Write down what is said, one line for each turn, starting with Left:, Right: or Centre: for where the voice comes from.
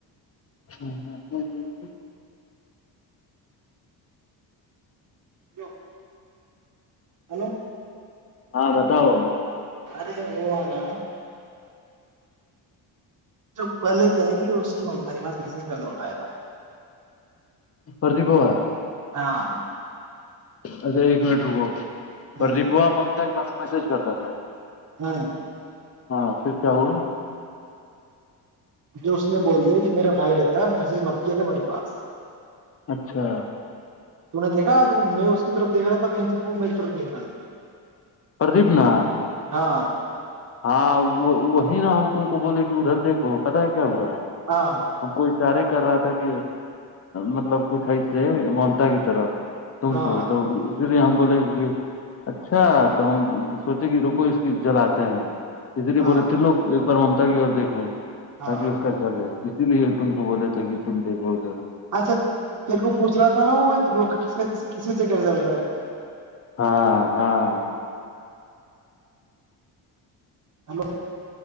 Left: جیٹ ہچ
Right: ہیلو ہلو
Left: ہاں بتاؤ
Right: ارے وہو ہ نا <unintelligible> جب پہلے کہے گی اس کی ممتا کی بس بز پ ملتا ہے تھا
Left: پردپوا <unintelligible>
Right: ہاں
Left: اچھا ایک منٹ رکو پردپوا
Right: ہ
Left: ممتاک <unintelligible>
Right: ہاں
Left: ہاں پھر کیا ہوا
Right: جو اس نے بول دیا کہ میرا بھائی رہتا ہے مس مت کیا گ میرے پاس
Left: اچھا
Right: تو نے دیکھا میں اس کی طرف دیکھ رہا تھا بینچز وہ میری طرف دیکھ رہا تھا
Left: پردیپ نا
Right: ہاں
Left: ہاں وہ وہی نا ہم تم کو بولے کہ ادھر دیکھو پتا ہے کیا ہوا ہے
Right: ہاں
Left: ہم کوئی چارے کر رہا تھا کہ مطلب کچھ ہے سے ممتا کی طرف تم
Right: ہاں
Left: کو
Right: ہاں
Left: تو جی ہم بولے کہ اچھا تو ہم سوچے کہ رکو اس کی جلاتے ہیں اسری
Right: ہاں
Left: بول تھ لو پر منتا کی اور دیکھو تاکہ
Right: ہاں
Left: اس کا جول ہے اس لیے تم کو بولے تھ کہ تم دیکھوؤ جائے
Right: اچھا میر کو پوچھ رہا تھا نا وہ ر کس سے گ چل رہا ہے
Left: ہاں ہاں
Right: ہیلو <unintelligible>